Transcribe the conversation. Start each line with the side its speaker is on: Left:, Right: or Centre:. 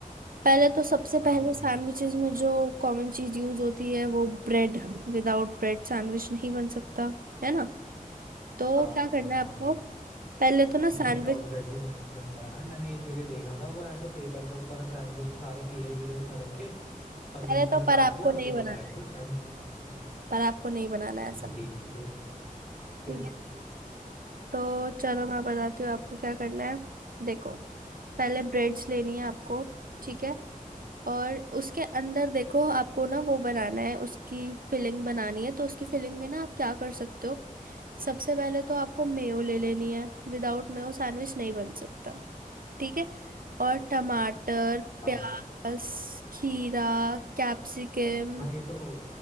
Right: पहले तो सबसे
Left: हाँ
Right: पहले सैंडविचेस में जो कॉमन चीज यूज होती है वो ब्रेड विदाउट ब्रेड सैंडविच नहीं बन सकता है ना तो
Left: हाँ
Right: क्या
Left: हाँ
Right: करना है
Left: हाँ।
Right: आपको पहले तो ना सैंडविच
Left: नहीं विदाउट ब्रेड भी सैंडविच बनता है यार मैंने एक जगह देखा था वो ऐसे पेपर के ऊपर सैंडविच सारे खीरे वीरे उसने रखे और बीच
Right: पहले
Left: में
Right: तो
Left: से काट
Right: पर आपको
Left: दिया और
Right: नहीं
Left: पेपर
Right: बनाना
Left: फेंक दिया
Right: है
Left: सैंडविच बना दिया।
Right: पर आपको नहीं बनाना है ऐसा
Left: अच्छा ठीक है फिर फिर
Right: ठीक है तो चलो मैं बताती हूँ आपको क्या करना है देखो पहले ब्रेड्स लेनी है आपको ठीक है और उसके अंदर देखो आपको ना वो बनाना है उसकी फिलिंग बनानी है तो उसकी फिलिंग में ना आप क्या कर सकते हो सबसे पहले तो आपको मेयो ले लेनी है विदाउट मेयो सैंडविच नहीं बन सकता ठीक है और टमाटर
Left: हाँ
Right: प्याज खीरा कैप्सिकम
Left: हाँ ये तो